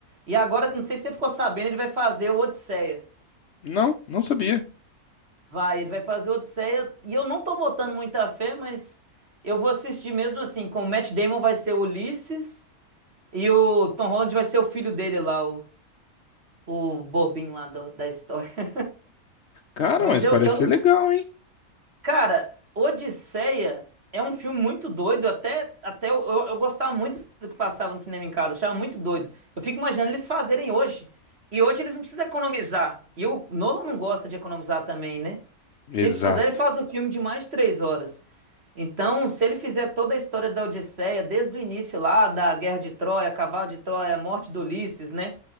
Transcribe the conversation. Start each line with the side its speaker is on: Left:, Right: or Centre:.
Right: E agora, não sei se você ficou sabendo, ele vai fazer o Odisseia.
Left: Não, não sabia.
Right: Vai, ele vai fazer Odisseia e eu não tô botando muita fé, mas eu vou assistir mesmo assim, com o Matt Damon vai ser o Ulisses e o Tom Holland vai ser o filho dele lá, o, o bobinho lá do- da história. <laughs>
Left: Cara,
Right: Mas
Left: mas
Right: eu,
Left: parece
Right: eu, não-
Left: ser legal, hein?
Right: cara, Odisseia é um filme muito doido, até, até eu, eu, eu gostava muito do que passava no cinema em casa, achava muito doido. Eu fico imaginando eles fazerem hoje. E hoje eles não precisam economizar. E o Nolan não gosta de economizar também, né?
Left: Exato.
Right: Se precisar, ele faz o filme de mais de três horas. Então, se ele fizer toda a história da Odisseia, desde o início lá, da Guerra de Troia, Cavalo de Troia, a morte do Ulisses, né?